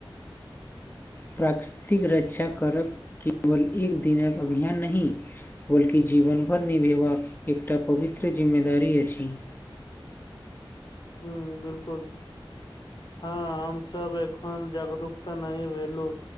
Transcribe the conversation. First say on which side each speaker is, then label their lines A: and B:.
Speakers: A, on the left; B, on the left.
A: प्राकृतिक रक्षा करब केवल एक दिनक अभियान नहि। बल्कि जीवनभर निभेबाक एकटा पवित्र जिम्मेदारी अछि।
B: हू बिलकुल हँ, हमसभ एखन जागरूकता नहि भेलहुँ।